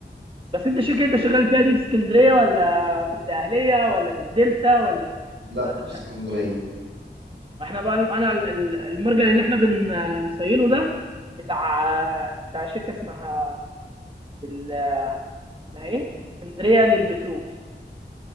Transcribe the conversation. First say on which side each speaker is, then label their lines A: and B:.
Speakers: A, on the right; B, on the right.
A: بس انت الشركه اللي انت شغال فيها دي في اسكندريه ولا في الدقهليه ولا في الدلتا ولا
B: لا
A: ولا
B: في
A: في...
B: اسكندريه
A: احنا بقى انا ال- ال- المرجع اللي احنا بن- بنصينه ده بتاع بتاع شركه اسمها ال... اسمها ايه الاسكندريه للبترول